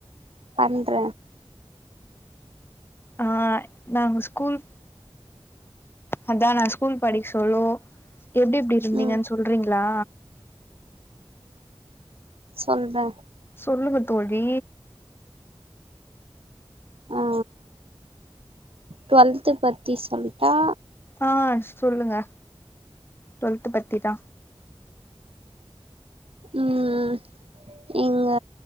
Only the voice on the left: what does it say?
ஆ நாங்க ஸ்கூல் அதா நா ஸ்கூல் படிக சொல்லோ எப்டிப்டி இருந்தீங்கன்
சொல்றீங்ளா
தொல்லுங்க தோழி
ஆ சொல்லுங்க டுவெல்த்து பத்திதா